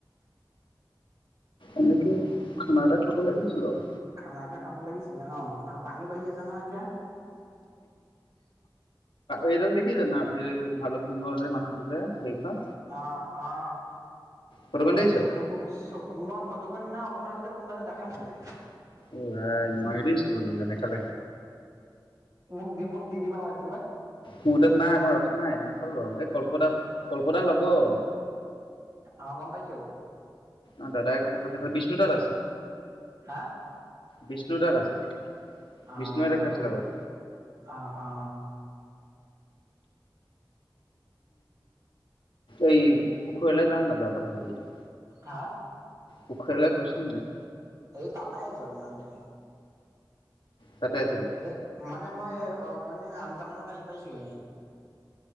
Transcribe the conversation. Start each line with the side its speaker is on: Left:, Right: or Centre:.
Left: এনেকে খানা এটা খাব লাগিছিল আৰু
Right: খানা এটা খাব লাগিছিলে অ আৰু পানীও বাঢ়ি আছে নহয় এতিয়া
Left: এইদম দেখিছ ন এই ভাল কোঙৰ যে মানুহটো যে সেইখন
Right: অ অ
Left: ফটোখন দেখিছ
Right: চকুতো চ ম ফটোখন খিনা অকণমান আগতে কোনোবালে দেখাইছিলে
Left: অ মইি চ যেনেে কাল
Right: মুগ্ধি মুগ দি দি ম ম মই
Left: মহ্তত নাই মই ৰখা নাই নাচালো এই কলপতাত কল্পতাৰ লগৰ
Right: অ গম পাইছো
Left: অ দাদা এ খাপ দেখাৰ বিষ্ণুদ আছে
Right: হা
Left: বিষ্ণু দাত আছে
Right: আহ
Left: বিষ্ণুৱে দেখাইছিল আগত
Right: অ অ
Left: এই পুখুৰলৈ যাাম না যাওঁ কথা পাতি
Right: হা
Left: পুখৰা ল গুছাম নাই
Right: এই তাপাই আহিছো আকমাৰতে
Left: তাতে আছিলে
Right: এ মানে মই অ মানে আন্তামানত আহি পাইছোহে